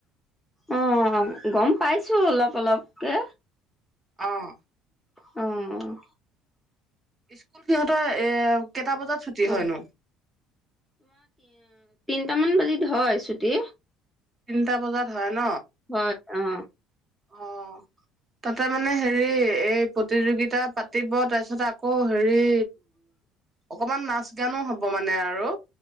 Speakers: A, in the centre; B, on the right.
A: অ' অ' গম পাইছো অলপ অলপকে
B: অ'হ
A: অ'
B: <unintelligible> তই এ কেইটা বজাত ছুটি
A: অ
B: হয়নো?
A: ইটামান বাজিত হয় ছুটি
B: তিনিটা বজাত হয় ন?
A: হয় অ'
B: অ' তাতে মানে হেৰি এই প্ৰতিযোগিতা পাতিব তাৰপিছত আকৌ ঘৰে অকমান নাচ-গানো হ'ব মানে আৰু